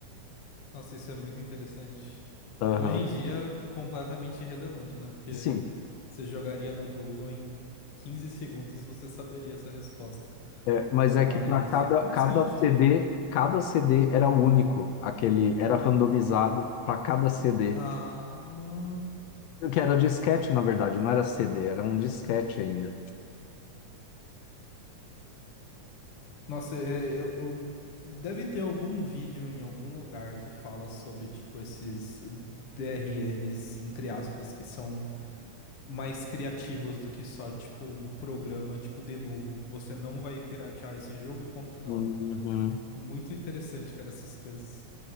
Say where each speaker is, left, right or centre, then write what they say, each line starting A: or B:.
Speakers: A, on the left (about 55°); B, on the left (about 80°).
A: Nossa, isso é muito interessante.
B: Aham.
A: Hoje em dia, completamente irrelevante, né? Porque
B: Sim,
A: você jogaria no Google em 15 segundos você saberia essa resposta.
B: é, mas é
A: Mas
B: que para cada,
A: interessante.
B: cada CD, cada CD era único, aquele era randomizado para cada CD.
A: Ah,
B: Que era disquete, na verdade, não era CD, era um disquete ainda.
A: nossa, é, é, eu, eu- deve ter algum vídeo em algum lugar que fala sobre tipo esses DRMs entre aspas que são mais criativos do que só tipo um programa tipo de novo, você não vai piratear esse jogo e ponto final.
B: Uhum.
A: Muito interessante, cara, essas coisas.